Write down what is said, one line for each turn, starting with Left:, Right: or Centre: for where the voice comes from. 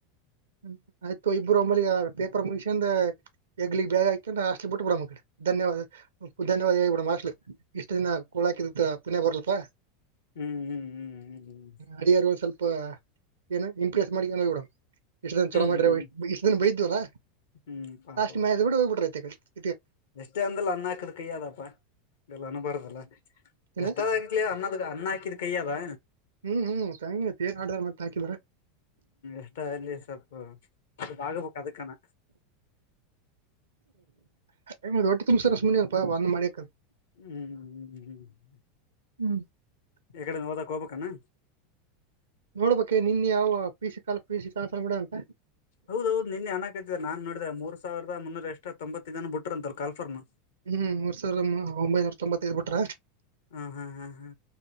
Right: ಹ್ಮ್. ಆಯ್ತು ಇಬ್ಬರು ಒಮ್ಮಳಲಿಗ ಪೇಪರ್ ಮುಗಸ್ಯಂದ ಹೆಗಲಿಗೆ ಬ್ಯಾಗ್ ಹಾಕಕೊಂದು ಹಾಸ್ಟೇಲು ಬಿಟ್ಟುಬಿಡೋಣ ಧನ್ಯವಾದ ಧನ್ಯವಾದ ಹೇಳ್ಬಿಡೋಣ ಹಾಸ್ಟೇಲಿಗೆ ಇಷ್ಟು ದಿನ ಕೂಳ ಹಾಕಿದ ಪುಣ್ಯಾ ಬರ್ಲಪ್ಪಾ
Left: ಹ್ಮ್ ಹ್ಮ್ ಹ್ಮ್ ಹ್ಮ್ ಹ್ಮ್
Right: ಅಡಿಯರು ಒಂದ್ ಸ್ವಲ್ಪ ಏನು ಇಂಪ್ರೆಸ್ ಮಾಡಿಕೊಂಡು ಹೋಗಿಬಿದೋಡ್ನ್ ಚಲೋ ಮಾಡ್ರ
Left: ಹ್ಮ್
Right: ಇಷ್ಟ ಬೈದ ಅಲ್ಲಾ
Left: ಹ್ಮ್ ಪಾಪವ
Right: ಲಾಸ್ಟಮ ಹೋಗ್ಬಿ <unintelligible>
Left: ಎಷ್ಟೇ ಅಂದಲ್ಲ ಅನ್ನ ಹಾಕದ್ ಕೈಯ್ಯದಪ್ಪ ಎಲ್ಲ ಅನ್ಬಾರದಲ್ಲಾ
Right: ಏನ
Left: ಎಷ್ಟ ಆಗ್ಲಿ ಅನ್ನದ ಅನ್ನ ಹಾಕಿದ ಕೈ ಅಲ್ಲಾ
Right: ಹ್ಮ್ ಹ್ಮ್ ತಂಗತಿ ಏನ್ ಆಡಾರ ಮತ್ತೆ ಹಾಕಿದಾರ
Left: ಎಷ್ಟ ಅಲ್ಲಿ ಸ್ವಲ್ಪ ಅದು ಆಗಬೇಕ್ ಅದಕ್ಕನ
Right: ಹ್ಮ ಹ ಹೊಟ್ಟೆ ತುಂಬಸದು ಸುಮ್ನೆ ಅಲ್ಲಪಾ ಒಂದ ಮಾಡಿಯಕ
Left: ಹ್ಮ್ ಹ್ಮ್ ಹ್ಮಹ್ಮ್
Right: ಹ್ಮ್
Left: ಎಕಡೆ ಓದಕ್ಕೆ ಹೋಗಬೇಕೇನು
Right: ನೋಡ್ಬೆ ನಿನ್ ಯಾವ ಪೀಸ ಕಾಲ ಪೀಸ ಕನ್ಸ್ ಬಿಡ ಅಂತ
Left: ಹೌದ ಹೌದು ನಿನ್ನೆನಕೈತ ನಾ ನೋಡಿದೆ ಮೂರ್ ಸಾವಿದ ಮುನ್ನೂರ ಎಷ್ಟ ತೊಂಬತ್ತೈ ಇದನ ಬುತ್ರ ಅಂತಲ್ ಕಾಫರ್ನ
Right: ಹ್ಮ್ ಮೂರ್ ಸಾವಿರ ಒಂಬೈನೂರ ತೊಂಬತ್ತೈದ್ ಬಿಟ್ರ
Left: ಹಾ ಹಾ ಹಾ ಹಾ